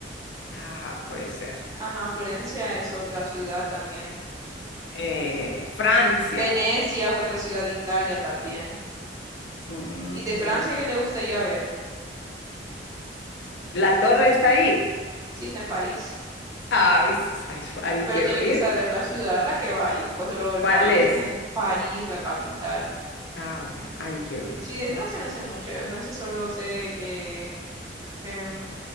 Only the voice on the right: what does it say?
ajá, Florencia es otra ciudad también.
Venecia es otra ciudad de Italia también.
¿Y de Francia
qué le gustaría ver?
Si está en París.
Pero
tiene
que saber la ciudad a la que va a ir, pues solo el
país
en general. París, la capital.
Sí, de Francia no sé mucho, de Francia solo sé que em,